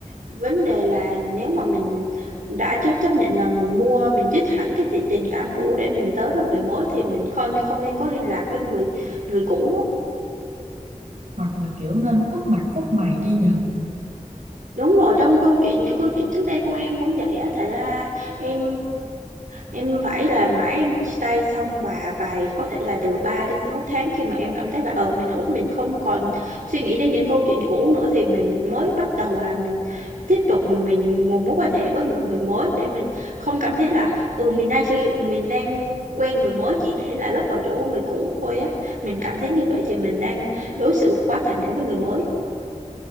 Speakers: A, on the right; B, on the right.
A: vấn đề là nếu mà mình đã cho chấp nhận là mình mua mình dứt hẳn cái ti- tình cảm cũ để mình tới với người mới thì mình không không nên có liên lạc với người người cũ
B: hoặc là kiểu nên khuất mặt khuất mày đi nhờ
A: Đúng rồi, trong câu chuyện những câu chuyện trước đây của em cũng vậy á, thật ra em em phải làm mãi em chia tay xong và vài có thể là từ 3 đến 6 tháng khi mà em cảm thấy là ờ mình ổn, mình không còn suy nghĩ đến những câu chuyện cũ nữa thì mình mới bắt đầu là mình tiếp tục mình một mối quan hệ với một người mới để mình không cảm thấy là ừ mình đang sử dụng mình đang quen người mới chỉ để là lấp vào chỗ người cũ thôi á. Mình cảm thấy như vậy thì mình đang đối xử quá tàn nhẫn với người mới.